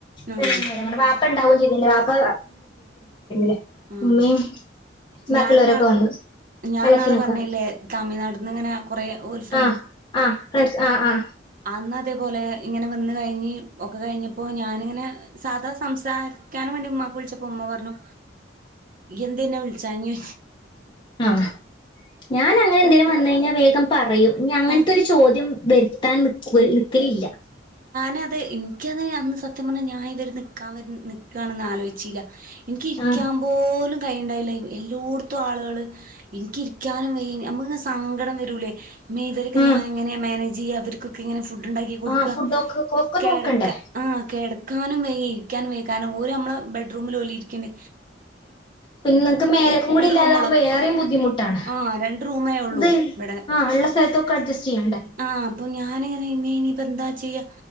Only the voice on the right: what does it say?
ആഹ്
ആഹ്
ഞാന് ന്നാള്
ഞാൻ
ഇന്നാള് പറഞ്ഞില്ലേ
തമിഴ്നാട്ട്ന്ന് ഇങ്ങനെ കൊറെ ഓത്സ്
അന്ന് അതേപോലെ ഇങ്ങനെ വന്ന് കഴിഞ്ഞ് ഒക്കെ കഴിഞ്ഞപ്പോ ഞാനിങ്ങനെ സാധാ സംസാരിക്കാൻ വേണ്ടി ഉമ്മാക്ക് വിളിച്ചപ്പോ ഉമ്മ പറഞ്ഞു ഇയ്യെന്തെ ന്നെ വിളിച്ചാഞ്ഞെ
ആ
നത് എനിക്കത് അന്ന് സത്യം പറഞ്ഞാൽ ഞാൻ ഇത് വരെ നിക്കാൻ വരണ നിക്കണന്ന് ആലോചിച്ചില്ല. എനിക്കിരിക്കാൻ
പോലും കൈയിണ്ടായില്ല എല്ലോട്ത്തും ആളുകള് എനിക്കിരിക്കാനും വയ്യ നമക്ക് ങ്ങനെ സങ്കടം വരൂലേ മേ ഇവരെക്കെ
ഞാനെങ്ങനെ മാനേജ് ജീ അവർക്കൊക്കെ ഇങ്ങനെ ഫുഡുണ്ടാക്കി കൊടുക്ക
കെടക്കാ
ആ കെടക്കാ നിക്കാനും വയ്യ ഇരിക്കാനും വയ്യ കാരണം ഓര് നമ്മളെ ബെഡ്റൂമില് ഓല് ഇരിക്ണ്ട്.
റൂമോളു
ആ രണ്ട് റൂമേ ഉള്ളൂ
ഇവിടെ
ആ അപ്പൊ ഞാന് ങ്ങനെ ഇപ്പ ഇനിപ്പ എന്താ ചെയ്യാ